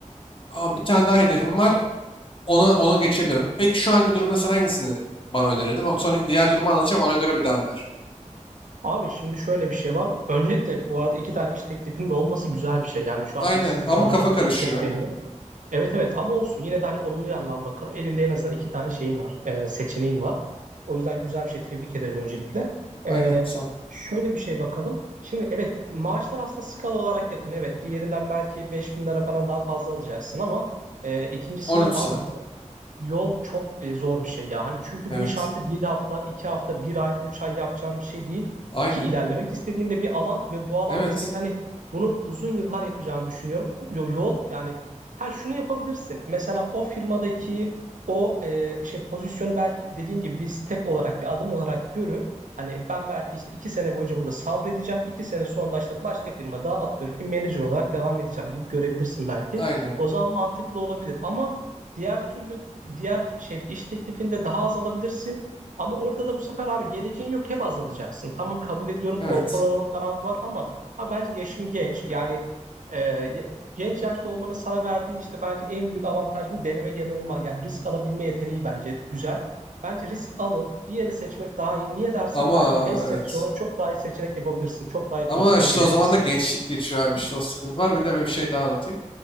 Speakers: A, on the left; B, on the right.
A: Aa, Bir tane daha hedefim var. Ona, ona geçebiliyorum. Peki şu anki durumda sen hangisini bana önerirdin? O sonraki diğer durumu anlatacağım. Ona göre bir daha öner.
B: Abi şimdi şöyle bir şey var. Öncelikle bu arada iki tane iş teklifinin olması güzel bir şey. Yani şu
A: Aynen
B: anda işsizlik
A: ama
B: falan
A: kafa karışıyor.
B: e, çok
A: Aynen.
B: deniyor. Evet evet ama olsun yine de hani olumlu yandan bakalım. Elinde en azından iki tane şeyin var. e, seçeneğin var. O yüzden güzel bir şey tebrik ederim öncelikle. E,
A: Aynen. Sağ ol.
B: şöyle bir şey bakalım. Şimdi evet maaşlar aslında skala olarak yakın. Evet diğerinden belki 5000 lira falan daha fazla alacaksın ama e, ikincisinde
A: on üç
B: abi
A: saat.
B: yol Yol çok e, zor bir şey ya. Hani çünkü
A: Evet.
B: bu iş artık bir hafta, iki hafta, bir ay, üç ay yapacağın bir şey değil.
A: Aynen.
B: Ki ilerlemek istediğinde bir alan ve bu alanda
A: Evet.
B: senin hani bunu uzun yıllar yapacağını düşünüyorum. Yo- Yol yani ha şunu yapabilirsin. Mesela o firmadaki o e, işte pozisyonu belki dediğin gibi bir step olarak bir adım olarak görüp hani ben belki işte iki sene boyunca burada sabredeceğim. iki sene sonra da işte başka firma daha atıyorum ki manager olarak devam edeceğim gibi görebilirsin belki.
A: Aynen.
B: O zaman mantıklı olabilir ama Diğer türlü diğer şey iş teklifinde daha az alabilirsin. Ama orada da bu sefer abi geleceğin yok hep azalacaksın. Tamam kabul ediyorum
A: Evet.
B: konfor alanı falan var ama abi bence yaşın genç. Yani e, ya- genç yaşta olmanın sana verdiği işte bence en büyük avantaj bu deneme yanılma. Yani risk alabilme yeteneği bence güzel. Bence risk alıp diğerini seçmek daha iyi. Niye dersen
A: Ama
B: belki 5 sene
A: evet.
B: sonra çok daha iyi seçenek yapabilirsin. Çok daha iyi
A: Ama
B: pozisyona
A: işte
B: gelebilirsin.
A: o zaman da gençlik geçiyor abi işte o sıkıntı var. Bir de bir şey daha anlatayım.